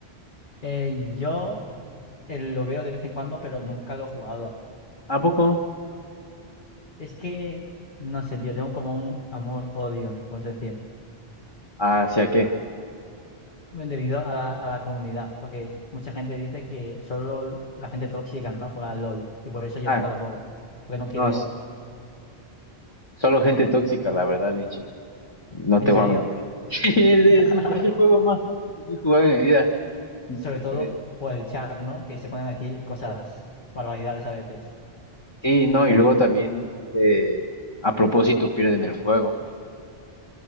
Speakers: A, on the left; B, on the left.
A: Eh, yo eh, lo veo de vez en cuando, pero nunca lo he jugado.
B: ¿A poco?
A: Es que, no sé, tío, tengo como un amor-odio, puedes decir,
B: ¿Hacia qué?
A: debido a la, a la comunidad, porque mucha gente dice que solo la gente tóxica no juega al LOL, y por eso yo
B: Ah.
A: nunca lo juego, porque no quiero...
B: No, s- solo gente tóxica, la verdad, Linchi. No
A: ¿En
B: te
A: serio?
B: voy a mentir. <laughs> Sí, Es, es
A: <laughs>
B: un jue- es el juego más tóxico que he jugado en mi vida.
A: sobre todo
B: Eh,
A: por el chat, ¿no? Que se ponen a decir cosas, barbaridades a veces,
B: sí, no,
A: gente,
B: y luego también eh, a propósito pierden el juego.